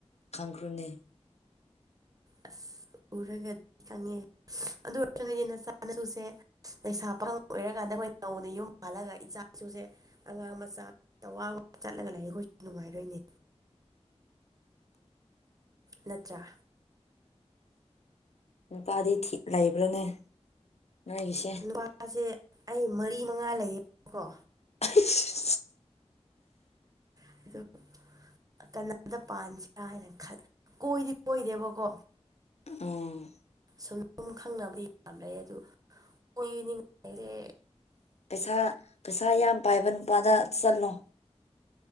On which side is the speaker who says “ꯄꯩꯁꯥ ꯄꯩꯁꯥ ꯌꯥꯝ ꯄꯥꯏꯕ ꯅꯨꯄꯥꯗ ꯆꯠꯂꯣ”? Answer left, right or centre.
Left